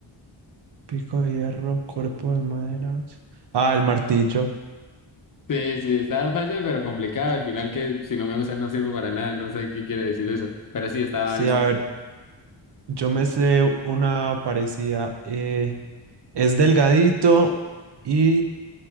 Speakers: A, on the right (about 55°); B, on the left (about 40°).
A: Pico de hierro, cuerpo de madera. Ah, el martillo.
B: Sí, sí, está fácil, pero complicado. Al final que si no me usas, no sirvo para nada, no sé qué quiere decir eso, pero sí, estaba
A: Sí,
B: algo.
A: a ver, yo me sé una parecida. eh, es delgadito y